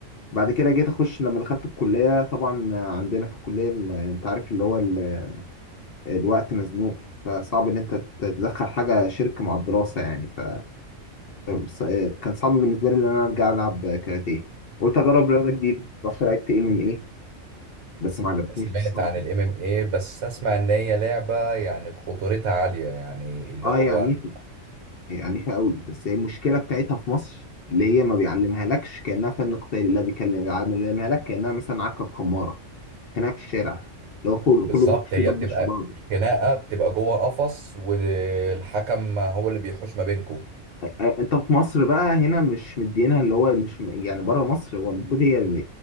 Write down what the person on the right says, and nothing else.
سمعت
عن الام ام اي بس اسمع ان هي لعبه يعني خطورتها عاليه يعني اللي
هو
أنت-
بالظبط
هي
بتبقى
خناقه بتبقى جوه قفص والحكم هو اللي بيحوش ما بينكم